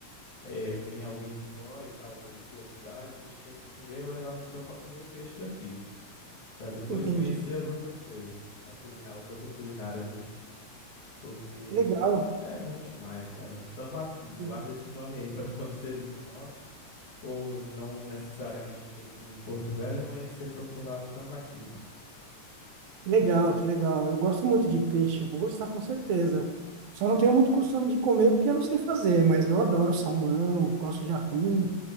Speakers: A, on the left (about 85°); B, on the right (about 80°).
A: é, vem alguém de fora e tal, conhecer a cidade, a gente tem que primeiro levar a pessoa para comer o peixe daqui, para depois
B: entendi.
A: conhecer as outras coisas, a culinária, as outras culinárias, né? Porque
B: Legal,
A: é bom demais, cara. É um tambaqui.
B: que
A: Guarda esse nome aí para <laughs> quando você vir no norte, ou no- não necessariamente aqui em Porto Velho, mas você procurar o tambaqui, mano.
B: legal, que legal. Eu gosto muito de peixe, vou gostar com certeza. Só não tenho muito costume de comer porque eu não sei fazer, mas eu adoro salmão, gosto de atum,